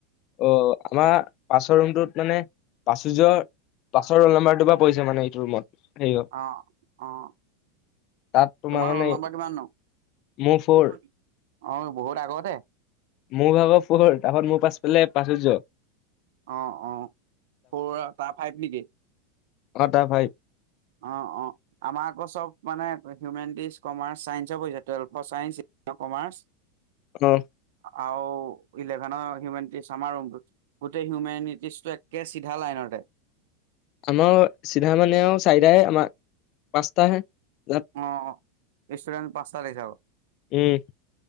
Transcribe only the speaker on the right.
অ', অ'।
তোমাৰ
ৰোল নম্বৰ কিমান নু?
<unintelligible> অ বহুত আগতে
অ অ ফ তাৰ ফাইভ নেকি
অ অ আমাৰ আকৌ চব মানে হিউমেনিটিজ কমাৰ্চ চাইন্স পৰিছে টুৱেলফ চাইন্স কমাৰ্চ
আৰু ইলেভেনৰ হিউমেিটিছ আমাৰ গোটেই হিউমেিটিজটো একে চিধা লাইনতে
অ ৰেষ্টুৰেণ্ট পাঁচটা লখি যাব